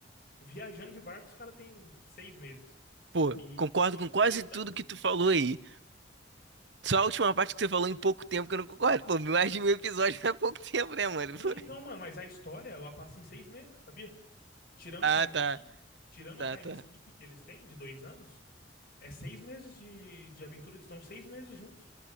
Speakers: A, on the left; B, on the right.
A: Viajando de barco, os caras têm seis meses.
B: Pô,
A: E,
B: concordo
A: e
B: com quase
A: dois
B: tudo
A: anos.
B: que tu falou aí. Só a última
A: pode-
B: parte que você falou em pouco tempo que eu não concordo. Pô, mais de mil episódios <laughs> não é pouco tempo, né, mano?
A: Não,
B: Pô.
A: então, mano, mas a história, ela passa em seis meses, sabia? Tirando
B: Ah,
A: o time
B: tá,
A: skip, tirando
B: tá,
A: o time
B: tá.
A: skip que eles têm de dois anos, é seis meses de, de aventura, eles estão seis meses juntos.